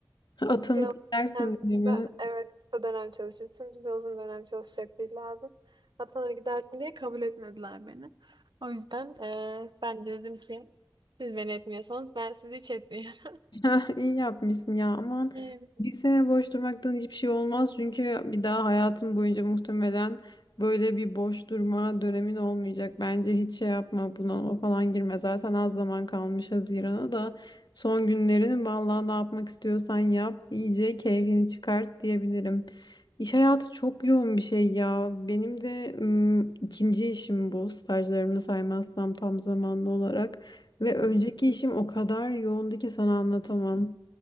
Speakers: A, on the left; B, on the right.
A: Atını
B: Bir
A: bilersin
B: dönemde,
A: değil mi?
B: evet kısa dönem çalışırsın. Bize uzun dönem çalışacak biri lazım. Atan'a gidersin diye kabul etmediler beni. O yüzden eee, ben de dedim ki siz beni etmiyorsanız ben sizi hiç etmiyorum. <laughs>
A: <laughs> Ha, İyi yapmışsın ya aman
B: Yani.
A: bir sene boş durmaktan hiçbir şey olmaz çünkü bir daha hayatım boyunca muhtemelen böyle bir boş durma dönemin olmayacak bence hiç şey yapma bunalıma falan girme zaten az zaman kalmış Haziran'a da son günlerini vallahi ne yapmak istiyorsan yap iyice keyfini çıkart diyebilirim. İş hayatı çok yoğun bir şey ya benim de ım, ikinci işim bu stajlarımı saymazsam tam zamanlı olarak. Ve önceki
B: Hı hı.
A: işim o kadar yoğundu ki sana anlatamam.